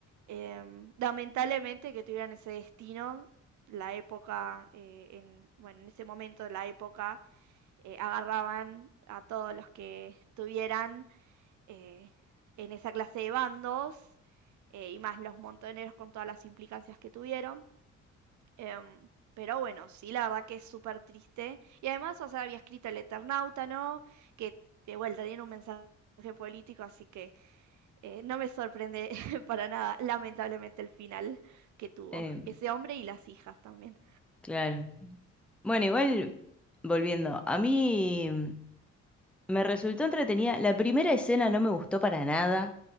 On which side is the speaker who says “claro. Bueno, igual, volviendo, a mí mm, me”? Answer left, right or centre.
Centre